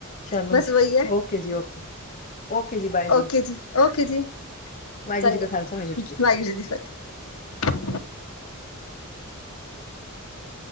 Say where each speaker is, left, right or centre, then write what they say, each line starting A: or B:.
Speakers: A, on the left; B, on the left.
A: ਚਲੋ
B: ਬਸ
A: ਜੀ
B: ਵਹੀ ਆ
A: ਓਕੇ ਜੀ ਓਕੇ ਓਕੇ ਜੀ ਬਾਏ
B: ਓਕੇ ਜੀ, ਓਕੇ ਜੀ।
A: ਵਾਹਿਗੁਰੂ
B: ਚੰਗਾ,
A: ਜੀ ਕਾ ਖਾਲਸਾ
B: ਵਾਹਿਗੁਰੂ
A: ਜੀ ਕੀ ਫਤਿਹ
B: ਦੀ ਫਤਿਹ। <inaudible>